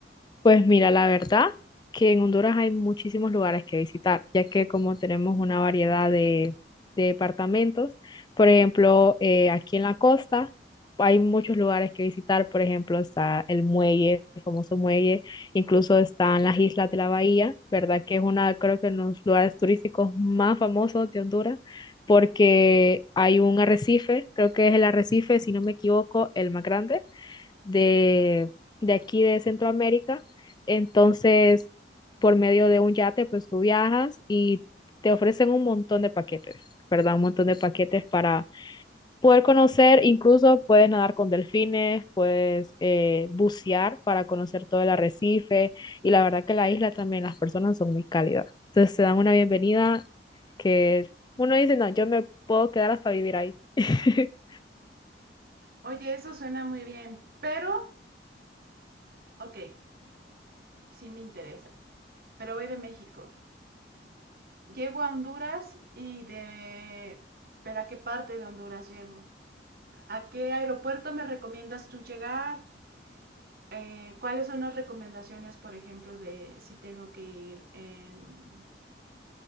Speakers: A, on the left (about 25°); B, on the right (about 55°).
A: Pues mira, la verdad que en Honduras hay muchísimos lugares que visitar, ya que como tenemos una variedad de, de departamentos, por ejemplo, eh, aquí en la costa hay muchos lugares que visitar, por ejemplo, está el muelle, el famoso muelle, incluso están las islas de la bahía, ¿verdad? Que es una, creo que uno de los lugares turísticos más famosos de Honduras, porque hay un arrecife, creo que es el arrecife, si no me equivoco, el más grande de, de aquí de Centroamérica. Entonces, por medio de un yate, pues tú viajas y te ofrecen un montón de paquetes, ¿verdad? Un montón de paquetes para poder conocer, incluso puedes nadar con delfines, puedes eh, bucear para conocer todo el arrecife y la verdad que la isla también, las personas son muy cálidas. Entonces, te dan una bienvenida que uno dice, no, yo me puedo quedar hasta vivir ahí. <laughs>
B: Oye, eso suena muy bien, pero, ok, sí me interesa. Pero voy de México. Llego a Honduras y de... ¿Pero a qué parte de Honduras llego? ¿A qué aeropuerto me recomiendas tú llegar? Eh, ¿Cuáles son las recomendaciones, por ejemplo, de si tengo que ir en...